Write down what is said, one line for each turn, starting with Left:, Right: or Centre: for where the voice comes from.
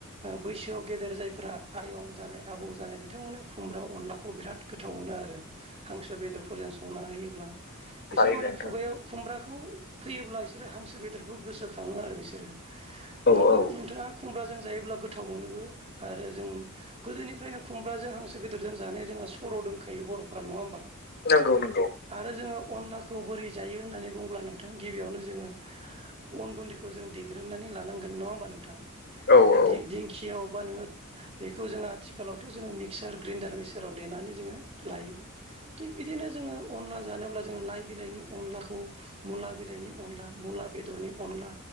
Right: बैसोआव गेदेर जायफोरा आयं जानाय आबौ जानाय बिथांमोना खुमब्रा अनलाखौ बिराद गोथाव मोनो आरो हांसो बेदरफोरजों संना होयोब्ला। बिसोर
Left: थारैनो
Right: माने
Left: नोंथां
Right: खुगायाव खुमब्राखौ फैयोब्ला बिसोरो हांसो बेदरखौ गोसोखाङो आरो बिसोरो। नंगौ
Left: औ औ
Right: नोंथाङा खुमब्राजों जायोब्ला गोथाव मोनोबो आरो जों गोदोनिफ्रायनो खुमाजों हांसो बेदरजों जानाय जोंहा सर' दंखायो बरफफोरा नङा होमबा?
Left: नंगौ नंगौ।
Right: आरो जोङो अनलाखौ बोरै जायो होननानै बुंब्ला नोंथां गिबियावनो जोङो अन गुन्दैखौ जों देग्रोनानै लानांगोन। नङा होमबा नोंथां?
Left: औ औ
Right: दि-दिंखियाव बा नोङो बेखौ जोङो आथिखालावथ' जोङो मिक्सार ग्रेन्डार मिक्साराव देनानै जोङो लायो। थिग बिदिनो जोङो अनला जानोब्ला जोंङो लाइ बिलाइनि अनलाखौ मुला बिलाइनि अनला मुला बेदरनि अनला